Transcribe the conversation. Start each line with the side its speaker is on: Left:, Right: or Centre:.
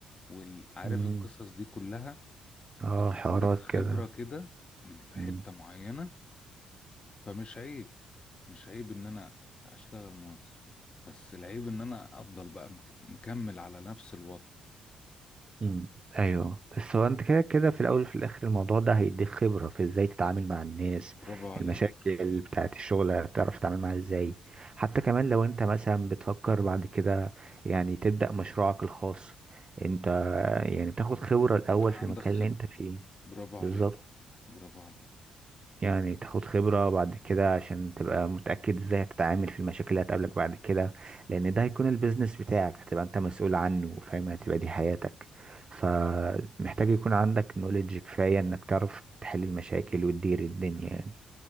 Left: وعارف
Right: مم.
Left: القصص دي كلها
Right: اه
Left: بتديلك
Right: حوارات
Left: خبرة
Right: كده
Left: كده من في
Right: مم.
Left: حتة معينة فمش عيب مش عيب ان انا اشتغل موظف بس العيب ان انا افضل بقى مك- مكمل على نفس الوضع
Right: مم. ايوه بس هو انت كده كده في الاول وفي الاخر الموضوع ده هيديك خبره في ازاي تتعامل مع الناس
Left: برافو عليك
Right: المشاكل بتاعه الشغل هتعرف تتعامل معاها ازاي حتى كمان لو انت مثلا بتفكر بعد كده يعني تبدا مشروعك الخاص انت يعني بتاخد خبره الاول
Left: بقى
Right: في
Left: عندك
Right: المكان
Left: خبرة
Right: اللي انت فيه
Left: برافو عليك
Right: بالظبط
Left: برافو عليك
Right: يعني تاخد خبرة بعد كده عشان تبقى متأكد ازاي هتتعامل في المشاكل اللي هتقابلك بعد كده لأن ده هيكون البيزنس بتاعك هتبقى انت مسؤول عنه وفاهم هتبقى دي حياتك فمحتاج يكون عندك نوليدج كفاية انك تعرف تحل المشاكل وتدير الدنيا يعني